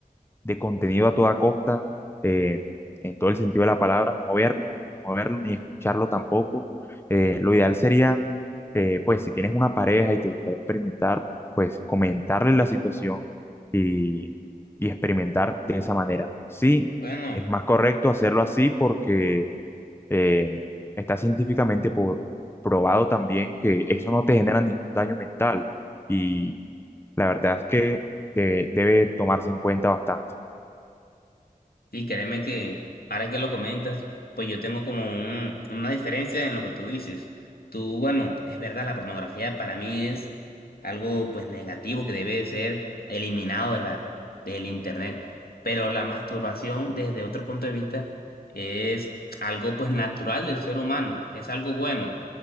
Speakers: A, on the left (about 15°); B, on the left (about 85°).
A: de contenido a toda costa, eh, en todo el sentido de la palabra, no verlo, no verlo ni escucharlo tampoco. Eh, lo ideal sería, eh, pues si tienes una pareja y te gustaría experimentar, pues comentarle la situación y, y experimentar de esa manera. Sí,
B: Bueno.
A: es más correcto hacerlo así porque eh, está científicamente po- probado también que eso no te genera ningún daño mental y la verdad es que de- debe tomarse en cuenta bastante.
B: Sí, créeme que ahora que lo comentas, pues yo tengo como un- una diferencia en lo que tú dices. Tú, bueno, es verdad, la pornografía para mí es algo pues negativo que debe de ser eliminado de la, del internet. Pero la masturbación desde otro punto de vista es algo pues natural del ser humano, es algo bueno